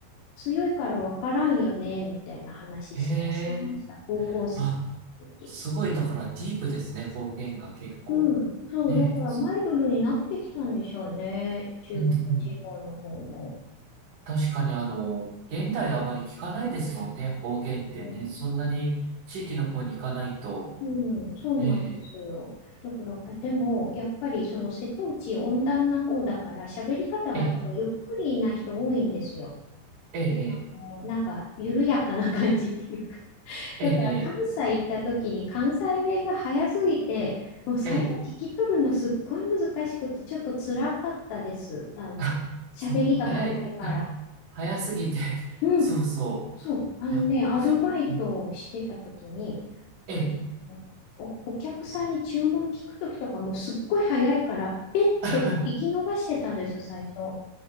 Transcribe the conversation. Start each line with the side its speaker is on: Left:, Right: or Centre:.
Left: 強いからわからんよね、みたいな話した、
Right: え
Left: してました、
Right: え、
Left: 高校生
Right: あ、
Left: の時。
Right: すごい、だからディープですね、方言が結構。
Left: うん、そう、
Right: ねえ、
Left: だからマイルドになってきたんでしょうね、
Right: そ
Left: 中国地方の方も。
Right: うん、うん。確かにあの、現代はあまり聞かないですもんね、方言ってね。
Left: うん
Right: そんなに地域の方に行かないと、
Left: うん、そうなんですよ。
Right: ええ、
Left: だから、あでも、やっぱりその瀬戸内温暖な方だから、喋り方が多分ゆっくりな人多いんですよ。
Right: ええ、ええ、
Left: もうなんか、緩やかな感じっていうか。
Right: ええ、
Left: だから、
Right: え
Left: 関西行った時に関西弁が早すぎて、もう最初聞き取るのすっごい難しくて、
Right: え、ええ
Left: ちょっと辛かったです。あの、
Right: あ、<laughs>
Left: 喋りが早いから。
Right: そう、早い、<laughs> あ早すぎて、<laughs>
Left: うん、
Right: そうそ
Left: そう、あのね、
Right: う、やっぱりそう、
Left: アルバイトをしてた時に、
Right: うんええ、
Left: あの、お、お客さんに注文聞く時とかもうすっごい早いから、えってこう聞き逃してたんですよ、
Right: <laughs>
Left: 最初。